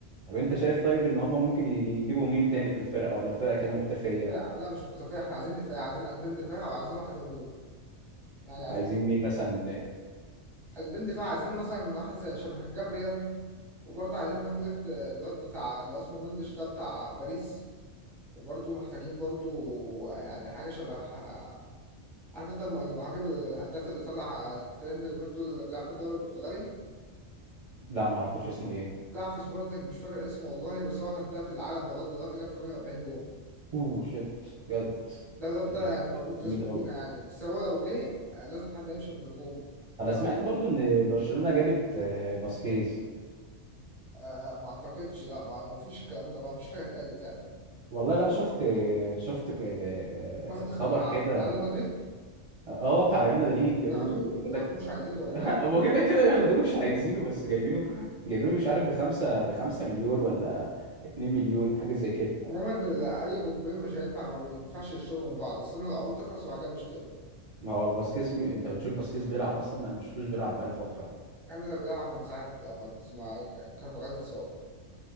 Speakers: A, on the right (about 40°); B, in the centre.
A: طب انت شايف طيب ان هم ممكن ي- يجيبوا مين تاني في الفرقه ولا الفرقه كده مكتفيه
B: دفاع لا مش مكتفي احنا عايزين دفاع عايزين قلبين دفاع وعايزين واحد هجوم يعني عايزين
A: عايزين مين مثلا
B: قلبين دفاع عايزين مثلا واحد زي شبه جابريال وبرضه عايزين باك ليفت آه، الواد بتاع اللي هو اسمه مندش ده بتاع باريس وبرضه محتاجين برضه آه، يعني حاجة شبه آه، عارف انت الم- المهاجم الهداف اللي طلع آه، ترند اليومين دول اللي بيلعب في الدوري البرتغالي
A: لا ما اعرفوش اسمه ايه
B: بيلعب في سبورتنج مش فاكر اسمه والله بس هو هداف العالم لغاية دلوقتي جاب 48 جون
A: اوه شيت بجد
B: ده الواد
A: ده
B: ده
A: ده
B: يعني مربوط
A: ده كان جامد
B: اسمه
A: قوي
B: بينا يعني بس هو لو جه آه، لازم حد يمشي من الهجوم
A: انا
B: ولو-
A: سمعت برضو ان برشلونة جابت آه، فاسكيز
B: آه، آه، ما اعتقدش لا ما فيش الكلام ده ما فيش حاجة اتقالت يعني
A: والله لا شفت آه، شفت ك- آه،
B: فاسكيز
A: خبر
B: بتاع
A: كده
B: بتاع ريال مدريد
A: اه بتاع ريال مدريد جابوه
B: ياخدوه
A: بيقول
B: ياخدوه
A: لك
B: مش عايزينه والله
A: <laughs>
B: ياخدوه.
A: هو كده كده ياخدوه مش عايزينه بس جايبينه جايبينه مش عارف بخمسة بخمسة مليون ولا اتنين مليون حاجة زي كده
B: عموما ال- اي قطبين مش هينفع ما بينفعش يشتروا من بعض استنوا العقود تخلص وبعد كده بيشتروا
A: ما هو فاسكيز مي... انت بتشوف فاسكيز بيلعب اصلا انا ما شفتوش بيلعب بقالي فترة يعني.
B: يعني ده بيلعب من ساعة ما ما كارفاغال اتصاب